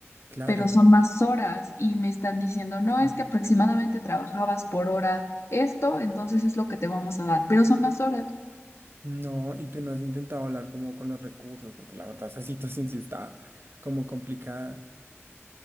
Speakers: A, on the right; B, on the left.
A: claro.
B: pero son más horas y me están diciendo, no, es
A: Mm.
B: que aproximadamente trabajabas por hora esto, entonces es lo que te vamos a dar, pero son más horas.
A: No, y tú no has intentado hablar como con los recursos, porque la verdad esa situación sí está como complicada.